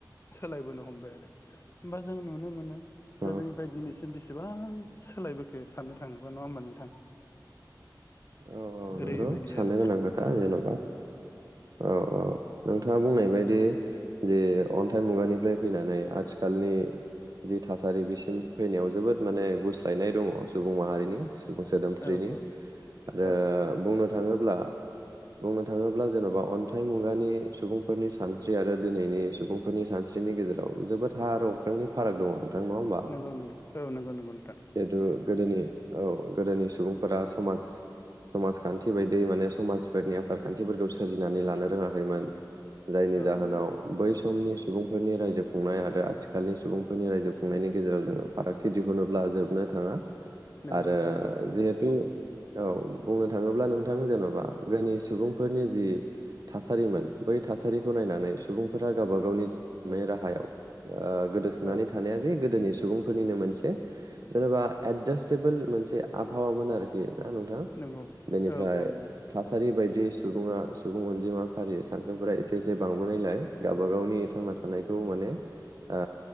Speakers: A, on the left; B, on the right.
A: सोलायबोनो हमबाय आरो होमबा जों नुनो मोनो गोदोनिफ्राय
B: औ
A: दिनैसिम बेसेबां सोलायबोखो साननो थाङोबा नङा होमबा नोंथां
B: औ औ
A: ओरैबायदि
B: नंगौ साननो
A: आरो
B: गोनां खोथा जेन'बा औ औ नोंथ नोंथाङा बुंनाय बायदि जे अन्थाइ मुगानिफ्राय फैनानै आथिखाल आथिखालनि जि थासारि बिसिम फैनायाव जोबोद माने गुस <unintelligible> दङ सुबुं माहारिनि सुबुं सोदोमस्रिनि
A: औ
B: ओ
A: औ औ
B: बुंनो थाङोब्ला बुंनो थाङोब्ला जेन'बा अन्थाइ मुगानि सुबुंफोरनि सानस्रि आरो दिनैनि सुबुंफोरनि सानस्रिनि गेजेराव जोबोद हा आरो अख्रांनि फाराग दङ। नोंथां नङा होमबा
A: नंगौ नंगौ औ नंगौ नंगौ नोंथां।
B: जिहेथु गोदोनि औ गोदोनि सुबुंफोरा समाज समाजखान्थि बायदि माने समाजफोरनि आसार खान्थिफोरखौ सोरजिनानै लानो रोङाखैमोन। जायनि
A: औ
B: जाहोनाव
A: नंगौ
B: बै स समनि सुबुंफोरनि रायजो खुंनाय आरो आथिखालनि सुबुंफोरनि रायजो खुंनायनि गेजेराव जोङो फारागथि दिहुनोब्ला जोबनो थाङा।
A: नंगौ
B: आरो
A: नोंथां
B: जिहेतु औ बुंनो थाङोब्ला नोंथां जेन'बा गोनि सुबुंफोरनि जि थासारिमोन बै थासारिखौ नायनानै सुबुंफोरा गाबा गावनि खुंनाय राहायाव ओ गोदोसोनानै
A: औ
B: थानाया बे गोदोनि सु सुबुंफोरनिनो मोनसे जेन'बा एदजासटेबोल मोनसे आबहावामोन आरोखि। नोंथां
A: नंगौ
B: बेनिफ्राय
A: औ औ नंगौ
B: थासारि बायदि सुबुङा सुबुं अनजिमा फारि सानखोफोरा एसे एसे बांबोनायलाय गाबा गावनि थांना थानायखौ माने ओ